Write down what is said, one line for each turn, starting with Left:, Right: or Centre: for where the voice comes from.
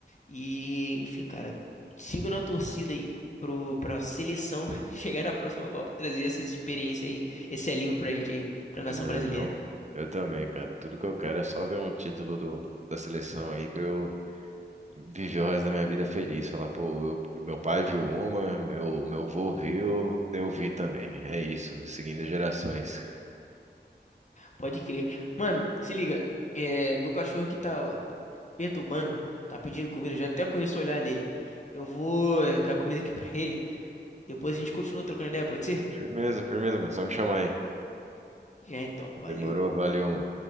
Left: E, enfim, cara, sigo na torcida aí pro, pra seleção <laughs> chegar na próxima Copa e trazer essa experiência aí, esse alívio pra gente aí, pra nação
Right: Né,
Left: brasileira.
Right: Não, Eu também, cara. Tudo que eu quero é só ver um título do, da seleção aí pra eu viver o resto da minha vida feliz. Falar, pô, eu- meu pai viu uma, meu, meu vô viu, eu vi também. É isso, seguindo gerações.
Left: Pode crer. Mano, se liga. É, meu cachorro aqui tá. perturbando, tá pedindo comida, eu já até conheço o olhar dele. Eu vou dar comida aqui pra ele, depois a gente continua trocando ideia, pode ser?
Right: Firmeza, firmeza, mano. Só me chamar aí.
Left: Já então, valeu.
Right: Demorou, valeu, mano.